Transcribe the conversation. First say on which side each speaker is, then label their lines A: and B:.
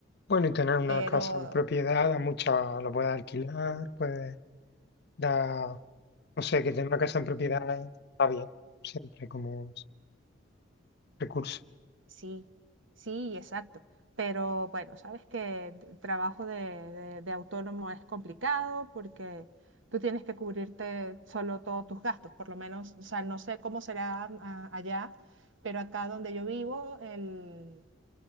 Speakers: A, on the left (about 55°); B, on the right (about 80°).
A: Bueno, y tener una
B: Pero
A: casa en propiedad, a mucha lo puedes alquilar, puedes dar, no sé, que tener una casa en propiedad está bien, siempre como recurso.
B: Sí, sí, exacto. Pero bueno, sabes que el trabajo de, de- de autónomo es complicado porque tú tienes que cubrirte solo todos tus gastos, por lo menos, o sea, no sé cómo será ah, allá, pero acá donde yo vivo, el,